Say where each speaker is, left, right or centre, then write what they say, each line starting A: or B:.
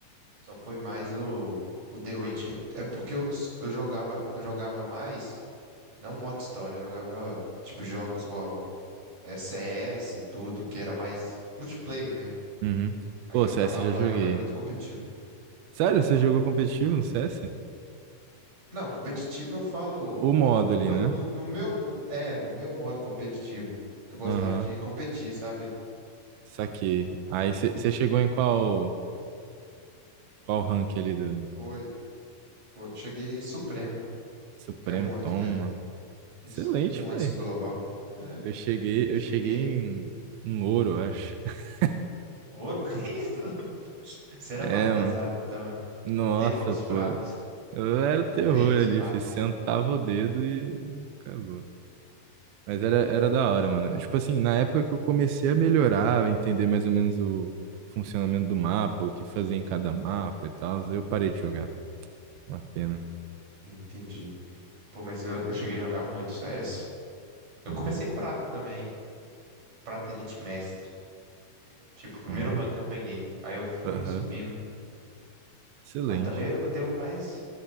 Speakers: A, on the right (about 55°); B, on the right (about 80°).
A: Só foi mais o, o The Witcher. É porque eu, eu jogava, eu jogava mais. Não modo história, jogava tipo jogos igual é, C S e tudo, que era mais multiplayer mesmo.
B: uhum.
A: Aí
B: Pô,
A: eu
B: CS
A: acabava
B: já joguei.
A: jogando muito competitivo.
B: Sério, você
A: Então,
B: jogou competitivo no CS?
A: não, competitivo eu falo
B: O modo ali,
A: no,
B: né?
A: no, no meu modo, é, no meu modo competitivo, que eu gostava
B: Aham.
A: de competir, sabe?
B: Saquei. Aí você você chegou em qual qual rank ali do
A: Foi, foi, cheguei supremo,
B: Supremo?
A: que é um antes,
B: Toma.
A: é, isso,
B: Excelente,
A: um
B: foi.
A: antes de global. né? É,
B: Eu cheguei, eu
A: cheguei.
B: cheguei em, em ouro, eu acho. <laughs>
A: Ouro, <laughs> que isso? Você era
B: É,
A: barra pesada,
B: mano.
A: então. é.
B: Nossa,
A: O terror dos
B: pô.
A: pratos,
B: Eu era o terror
A: o rei dos
B: ali,
A: pratos.
B: fiz, sentava o dedo e acabou. Mas era, era da
A: Pô,
B: hora, mano. Tipo assim, na época que eu comecei a melhorar, a entender mais ou menos o funcionamento do mapa, o que fazer em cada mapa e tal, eu parei de jogar. Uma pena.
A: entendi. Pô, mas eu, eu cheguei a jogar muito CS. Eu
B: Uhum.
A: comecei prata também, prata Elite Mestre. Tipo, o primeiro
B: Ó.
A: rank que eu peguei. Aí eu fui
B: Aham.
A: subindo.
B: Excelente.
A: Mas também eu tenho mais